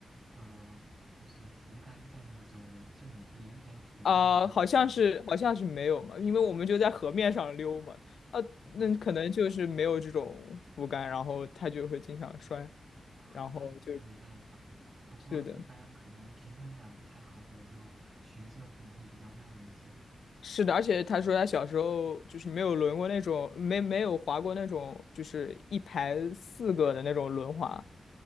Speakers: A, on the right; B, on the left.
A: 呃，就是扶杆在那个周围，就你可以一边扶着一边滑的那种？
B: 啊、好像是好像是没有嘛，
A: 嗯
B: 因为我们就在河面上溜嘛，啊，
A: 哦
B: 那可能就是没有这种扶杆，然后他就会经常摔，
A: 啊，
B: 然后就
A: 那就真的没办法。不过一般可能平衡感不太好的，
B: 是的，
A: 就学这个可能会比较慢一些
B: 是的，而且他说他小时候就是没有轮过那种，没没有滑过那种，就是一排四个的那种轮滑。